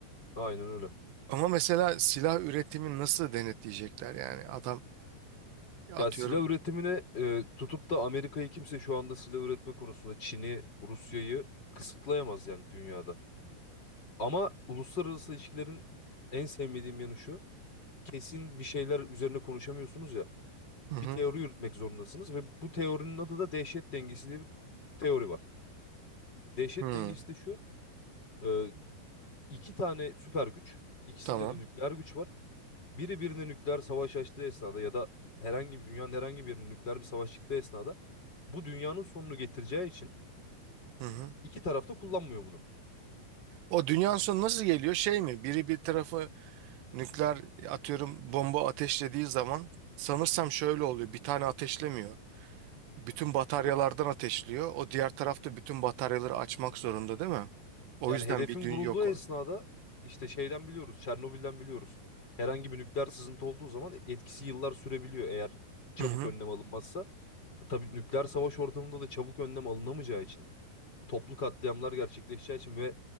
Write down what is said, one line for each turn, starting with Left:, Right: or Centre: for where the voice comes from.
Left: Aynen öyle.
Right: Ama mesela silah üretimini nasıl denetleyecekler yani adam atıyorum.
Left: Ya silah üretimine e, tutup da Amerika'yı kimse şu anda silah üretme konusunda Çin'i, Rusya'yı kısıtlayamaz yani dünyada. Ama uluslararası ilişkilerin en sevmediğim yanı şu. Kesin bir şeyler üzerine konuşamıyorsunuz ya.
Right: Hı hı.
Left: bir teori yürütmek zorundasınız ve bu teorinin adı da dehşet dengesi diye bir teori var. Dehşet
Right: Hı.
Left: dengesi de şu, e, iki tane süper güç, ikisinde
Right: Tamam.
Left: de nükleer güç var. Biri birine nükleer savaş açtığı esnada ya da herhangi bir dünyanın herhangi bir yerine nükleer bir savaş çıktığı esnada bu dünyanın sonunu getireceği için
Right: Hı hı.
Left: iki taraf da kullanmıyor bunu.
Right: O dünyanın sonu nasıl geliyor? Şey mi? Biri bir tarafı nükleer atıyorum bomba ateşlediği zaman sanırsam şöyle oluyor. Bir tane ateşlemiyor. Bütün bataryalardan
Left: Tabii.
Right: ateşliyor. O diğer tarafta bütün bataryaları açmak zorunda değil mi? O
Left: Yani
Right: yüzden
Left: hedefin
Right: bir dün
Left: vurulduğu
Right: yok
Left: esnada
Right: o.
Left: işte şeyden biliyoruz, Çernobil'den biliyoruz. Herhangi bir nükleer sızıntı olduğu zaman etkisi yıllar sürebiliyor eğer çabuk
Right: Hı hı.
Left: önlem alınmazsa. Tabii nükleer savaş ortamında da çabuk önlem alınamayacağı için, toplu katliamlar gerçekleşeceği için ve